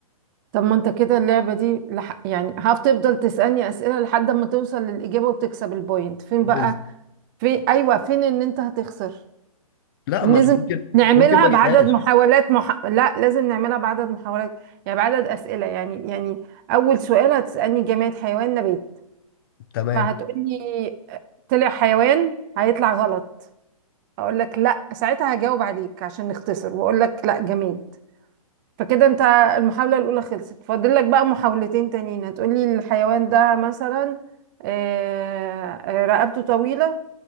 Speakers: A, on the right; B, on the left.
A: طب ما انت كده اللعبة دي لح... يعني هتفضل تسألني أسئلة لحد ما توصل للإجابة وتكسب البوينت فين بقى
B: بز...
A: في ايوه فين ان انت هتخسر
B: لا
A: لازم
B: ما انا ممكن
A: نعملها
B: ممكن ما اجيبهاش
A: بعدد محاولات مح... لا لازم نعملها بعدد محاولات يعني بعدد اسئله يعني يعني اول سؤال هتسالني جماد حيوان نبات
B: تمام
A: فهتقولي طلع حيوان هيطلع غلط اقول لك لا ساعتها هجاوب عليك عشان نختصر واقول لك لا جماد فكده انت المحاوله الاولى خلصت فاضل لك بقى محاولتين تانيين هتقولي الحيوان ده مثلا آه، آه، رقبته طويله